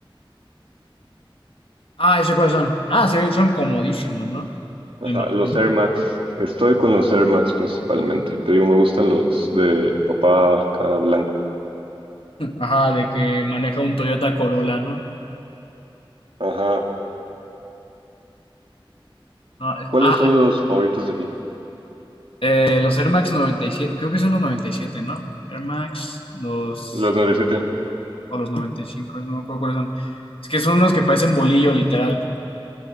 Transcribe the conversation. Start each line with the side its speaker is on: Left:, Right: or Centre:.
Left: Ah, ¿esos cuáles son? Ah, sí, son comodísimos, ¿no?
Right: Ajá,
Left: Me imagino.
Right: los Air Max. Estoy con los Air Max principalmente. Te digo, me gustan los de papá acá blanco.
Left: Ajá, de que maneja un Toyota Corolla, ¿no?
Right: Ajá.
Left: No, es-
Right: ¿Cuáles
Left: ah,
Right: son los favoritos de ti?
Left: Eh, los Air Max noventa y siete creo que son los noventa y siete ¿no? Air Max, los,
Right: Los 97.
Left: o los noventa y cinco no me acuerdo cuáles son. Es que son unos que parecen bolillo, literal.